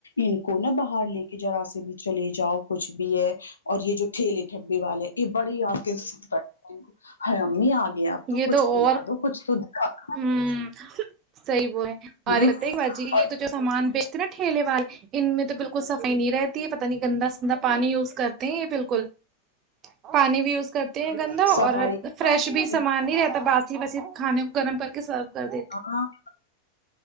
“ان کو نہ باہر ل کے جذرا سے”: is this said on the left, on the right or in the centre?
Left